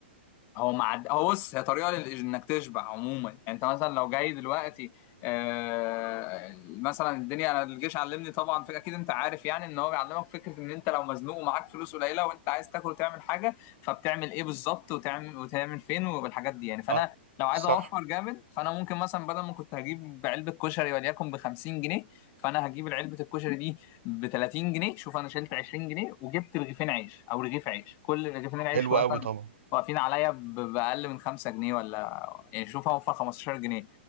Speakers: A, on the left; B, on the right.
A: هو معد هو بص هي طريقه لل- انك تشبع عموما يعني انت مثلا لو جاي دلوقتي آه مثلا الدنيا انا الجيش علمني طبعا في اكيد انت عارف يعني ان هو بيعلمك فكره ان انت لو مزنوق ومعاك فلوس قليله وانت عايز تاكل وتعمل حاجه فبتعمل ايه بالظبط وتعمل وتعمل فين والحاجات دي يعني فانا
B: اه
A: لو عايز
B: صح
A: اوفر جامد فانا ممكن مثلا بدل ما كنت هجيب علبه كشري وليكن ب 50 جنيه فانا هجيب علبه الكشري دي ب 30 جنيه شوف انا شلت 20 جنيه وجبت رغيفين عيش او رغيف عيش كل رغيفين العيش
B: حلو
A: مثلا
B: قوي طبعا
A: واقفين عليا ب- بأقل من 5 جنيه ولا يعني شوف هوفر 15 جنيه